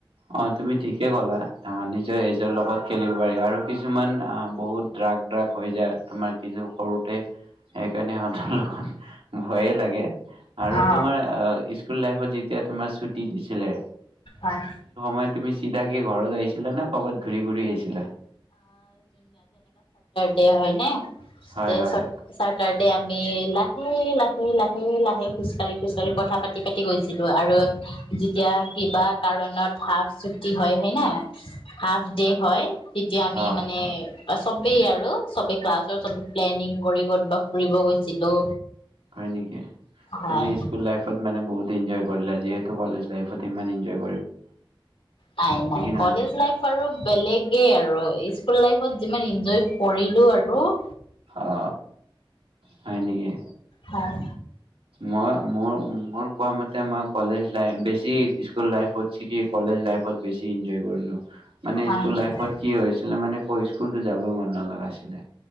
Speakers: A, on the right (about 85°); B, on the left (about 80°).
A: অ তুমি ঠিকে কলা আহ নিজৰ এজৰ লগত খেলিব পাৰি আৰু কিছুমান আহ বহুত ড্ৰাগ ড্ৰাগ হৈ যায় তোমাৰ কিছু সৰুতে সেইকাৰণে সহঁতৰ লগত। ভয়ে লাগে আৰু
B: অ
A: তোমাৰ স্কুল লাইফত যেতিয়া তোমাৰ চুতি দি দিছিলে।
B: অ <unintelligible>
A: মই তুমি চিধাকে ঘৰত আহিছিলা কৰবাত ঘূৰি ঘুৰি আহিছিলা?
B: দে হয় নে।
A: হয়
B: দে
A: হয়
B: চাটাৰডে আন আমি লাহে লাহে লাহে লাহে খোজকাাঢ়ি খোজকাাঢ়ি কথা পাতি পাতি গৈছিলো আৰু যেতিয়া কিবা কাৰণত হাফ চুতি কি হয় হয় না হাফ ডে হয়। তেতিয়া আমি
A: অ
B: মানে, বা চবেই আৰু চবেই ক্লাছৰ চবে প্লেনিং কৰি কৰবাত ফুৰিব গৈছিলো।
A: হয় নেকি
B: হয়
A: তুমি স্কুল লাইফত মানে বহুত ইন্জয় কৰিলা যিহেতু কলেজ লাইফত ইমান ইন্জয়
B: নাই নাই
A: নহয়
B: কলেজ লাইফ আৰু বেলেগে আৰু স্কুল লাইফত যিমান ইঞ্জয় কৰিলো আৰু ৰ
A: অ হয় নেকি
B: হয়
A: মই মোৰ, মোৰ কোৱা মতে মই কলেজ লাইফ বেছি স্কুল লাইফত কি কলেজ লাইফত বেছি ইঞ্জয় কৰিলোঁ। মানে
B: হয়
A: স্কুল
B: নেকি
A: লাইফত কি হৈছিলে মানে ক স্কুলতো যাবই মন নাগৈছিলে।